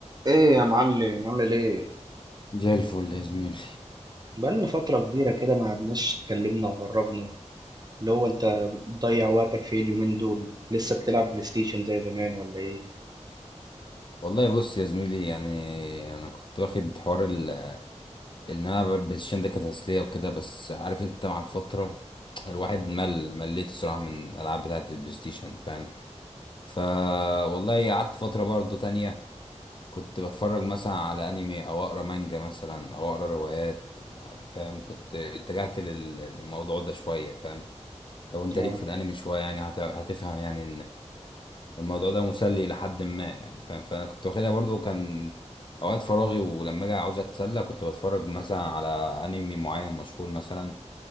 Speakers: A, on the right; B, on the left.
A: ايه يا معلم عامل ايه
B: زي الفل يا زميلي
A: بقالنا فترة كبيرة كده ما قعدناش اتكلمنا وهرجنا اللي هو انت بتضيع وقتك في إيه اليومين دول لسه بتلعب بلاي ستيشن زي زمان ولا ايه
B: والله بص يا زميلي يعني انا كنت واخد حوار ال- ان انا بالشين ده كتسليه وكده بس عارف انت مع الفتره الواحد مل مليت الصراحه من الالعاب بتاعه البلاي ستيشن فاهم ف والله قعدت فتره برضو تانية كنت بتفرج مثلا على انمي او اقرا مانجا مثلا او اقرا روايات فاهم كنت اتجهت لل- للموضوع ده شويه فاهم لو انت
A: اه
B: ليك في الانمي شويه يعني هت- هتفهم يعني الموضوع ده مسلي لحد ما يعني ف- فانا كنت واخدها برضو كان اوقات فراغي ولما اجي عاوز اتسلى كنت بتفرج مثلا على انمي معين مشهور مثلا